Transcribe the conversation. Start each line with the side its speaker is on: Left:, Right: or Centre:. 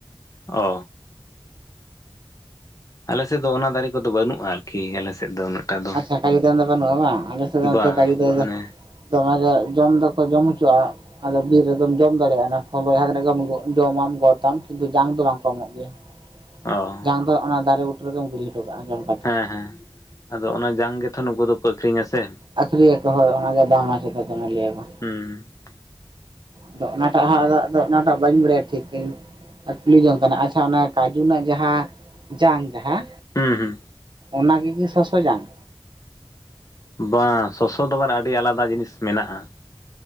Left: ᱚ ᱟᱞᱮ ᱥᱮᱜ ᱫᱚ ᱚᱱᱟ ᱫᱟᱨᱮ ᱠᱚᱫᱚ ᱵᱟᱹᱱᱩᱜᱼᱟ ᱾ ᱠᱤ ᱟᱞᱮ ᱥᱮᱫ ᱫᱚ ᱩᱱᱟᱹᱜ ᱴᱟ ᱫᱚ
Right: ᱟᱪᱪᱷᱟ ᱠᱟᱡᱩ ᱫᱚ ᱵᱟᱹᱱᱩᱜ-ᱟ ᱵᱟᱝ ᱾ᱟᱞᱮ ᱥᱮᱜ ᱫᱚ
Left: ᱵᱟᱝ
Right: ᱱᱚᱛᱮ ᱠᱟᱡᱩ ᱫᱟᱨᱮ
Left: ᱢᱟᱱᱮ
Right: ᱫᱚ ᱛᱚ ᱚᱱᱟᱜᱮ ᱡᱚᱢ ᱫᱚᱠᱚ ᱡᱚᱢ ᱦᱚᱪᱚᱜᱼᱟ ᱾ ᱟᱫᱚ ᱵᱤᱨ ᱨᱮᱫᱚᱢ ᱡᱚᱢ ᱫᱟᱲᱮᱭᱟᱜᱼᱟ ᱱᱟ ᱯᱷᱚᱞ ᱡᱟᱦᱟᱸ ᱛᱤᱱᱟᱹᱜ ᱜᱮᱢ ᱡᱚᱢᱟᱢ ᱜᱚᱫᱟᱢ ᱠᱤᱱᱛᱩ ᱡᱟᱝ ᱫᱚ ᱵᱟᱝ ᱠᱚ ᱮᱢᱚᱜ ᱜᱮᱭᱟ ᱾
Left: ᱚ
Right: ᱡᱟᱝ ᱫᱚ ᱚᱱᱟ ᱫᱟᱨᱮ ᱵᱩᱴᱟᱹ ᱨᱮᱜᱮᱢ ᱜᱤᱰᱤ ᱦᱚᱴᱚ ᱠᱟᱜᱼᱟ ᱡᱚᱝ
Left: ᱦᱮᱸ, ᱦᱮᱸ ᱾ ᱟᱫᱚ ᱚᱱᱟ ᱡᱟᱝ ᱜᱮᱛᱚ ᱱᱩᱠᱩ ᱫᱚᱠᱚ ᱟᱹᱠᱷᱨᱤᱧᱟ ᱥᱮ ᱾
Right: ᱟᱹᱠᱷᱨᱤᱧᱭᱟ ᱠᱚ ᱦᱳᱭ ᱚᱱᱟ ᱜᱮ ᱫᱟᱢᱟ ᱥᱮ ᱪᱮᱫ ᱫᱚᱢᱮ ᱞᱟᱹᱭᱟ ᱠᱚ ᱾
Left: ᱦᱩᱸ, ᱦᱩᱸ ᱾
Right: ᱟᱫᱚ ᱚᱱᱟᱴᱟᱜ ᱦᱟᱸᱜ, ᱟᱫᱚ ᱚᱱᱟᱴᱟᱜ ᱵᱟᱹᱧ ᱵᱟᱲᱟᱭᱟ ᱴᱷᱤᱠ, ᱴᱷᱤᱠ ᱾ ᱟᱴᱤ ᱞᱤᱧ ᱡᱚᱢᱠᱟᱱᱟ ᱟᱪᱪᱷᱟ ᱚᱱᱟ ᱠᱟᱡᱩ ᱨᱮᱱᱟᱜ ᱡᱟᱦᱟᱸ ᱡᱟᱝ ᱡᱟᱦᱟᱸ
Left: ᱦᱩᱸ, ᱦᱩᱸ ᱾
Right: ᱚᱱᱟ ᱜᱤᱠᱤ ᱥᱚᱥᱚ ᱡᱟᱝ?
Left: ᱵᱟᱝ ᱥᱚᱥᱚ ᱫᱚ ᱟᱵᱟᱨ ᱟᱹᱰᱤ ᱟᱞᱟᱫᱟ ᱡᱤᱱᱤᱥ ᱢᱮᱱᱟᱜᱼᱟ ᱾